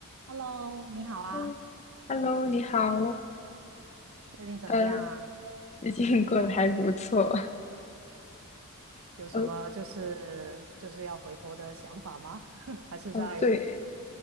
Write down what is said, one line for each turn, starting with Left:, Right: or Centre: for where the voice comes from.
Right: Hello，你好啊，
Left: 嗯，Hello，你好，
Right: 最近怎么样啊？
Left: 呃，最近过得还不错。
Right: 有什么就是就是要回国的想法吗？
Left: 呃，
Right: <laughs> 还是在
Left: 哦，对，